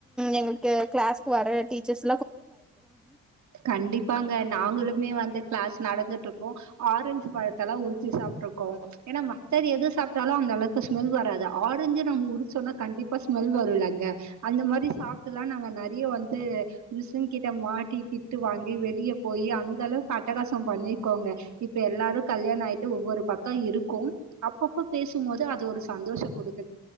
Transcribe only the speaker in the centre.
எங்களுக்கு க்ளாஸ்க்கு வர டீச்சர்ஸ்